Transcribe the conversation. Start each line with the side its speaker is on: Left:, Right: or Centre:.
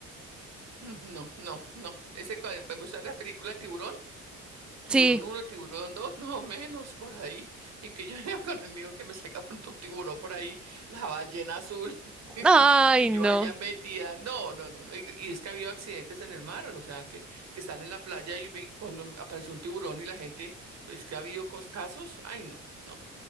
Right: Mm, No, no, no. Ese, cua- me mostró la película Tiburón Tiburón
Centre: Sí.
Right: uno, tiburón dos, no menos por ahí. Y que yo <laughs> ya con el mío que me saca pronto un tiburón por ahí, la ballena azul. <laughs>
Centre: Ay,
Right: Y y yo
Centre: no.
Right: allá metida. No, no, no, no. Y, y es que ha habido accidentes en el mar, o sea, que, que están en la playa y, vi- cuando apareció un tiburón y la gente, es que ha habido cos- casos. Ay, no, no.